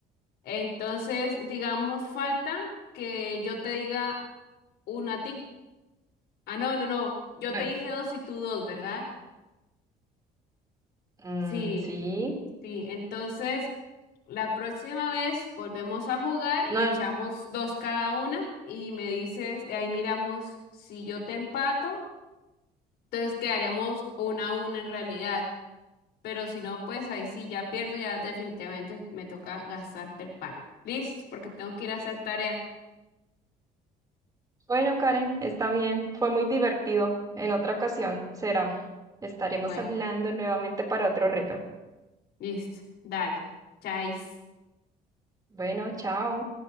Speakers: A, on the left; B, on the right.
A: Entonces, digamos, falta que yo te diga una a ti. Ah, no, no, no. Yo
B: Bueno,
A: te dije dos y tú dos, ¿verdad?
B: Mm,
A: Sí,
B: sí.
A: sí. Entonces, la próxima vez volvemos a jugar y
B: No,
A: echamos dos cada una y me dices, ahí miramos si yo te empato. Entonces quedaríamos una a una en realidad. Pero si no, pues ahí sí ya pierdo, ya definitivamente me toca gastarte el pan. Listo, porque tengo que ir a hacer tarea.
B: bueno, Karen, está bien. Fue muy divertido. En otra ocasión será. Estaremos
A: Bueno,
B: hablando nuevamente para otro reto.
A: listo. Dale. Chais.
B: Bueno, chao.